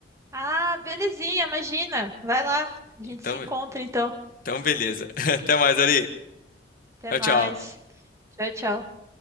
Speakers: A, on the right; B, on the left.
A: Ah, belezinha, imagina. Vai lá. A
B: Então,
A: gente se encontra então.
B: então beleza. <laughs> Até mais, Ari.
A: Até
B: Tchau,
A: mais.
B: tchau.
A: Tchau, tchau.